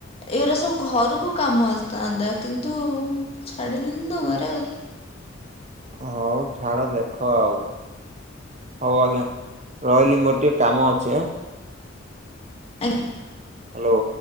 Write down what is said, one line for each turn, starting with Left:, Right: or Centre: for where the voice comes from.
Left: ଏଇଉରା ସବୁ ଘରକୁ କାମ ଆସିଥାନ୍ତା କିନ୍ତୁ ଛାଡ଼ିଲେନି ତ ଘରେ ଆଉ।
Right: ହଉ ଛାଡ ଦେଖ ଆଉ। ହଉ ଆଜ୍ଞା ରହିଲି ମୋର ଟିକେ କାମ ଅଛି।
Left: ଆଜ୍ଞା।
Right: ହ୍ୟାଲୋ।